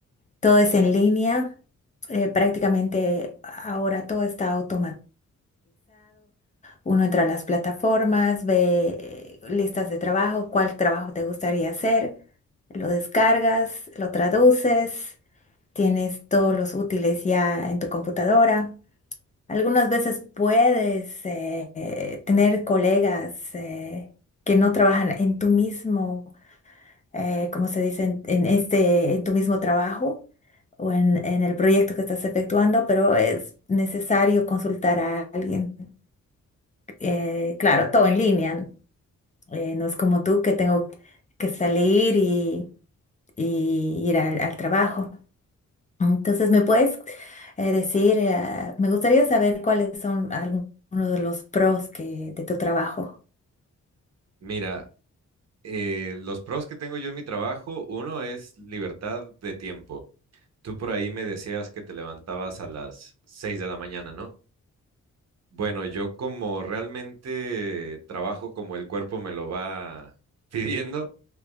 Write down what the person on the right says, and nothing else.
Mira, eh, los pros que tengo yo en mi trabajo, uno es libertad de tiempo. Tú por ahí me decías que te levantabas a las 6 de la mañana, ¿no? Bueno, yo como realmente trabajo como el cuerpo me lo va <laughs> pidiendo,